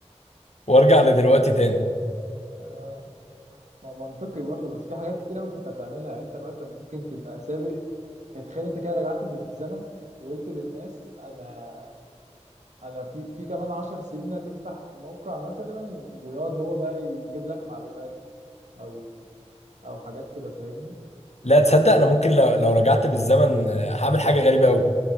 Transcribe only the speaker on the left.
وارجع لدلوقتي تاني
لا تصدق انا ممكن لو لو رجعت بالزمن آه، هعمل حاجه غريبه قوي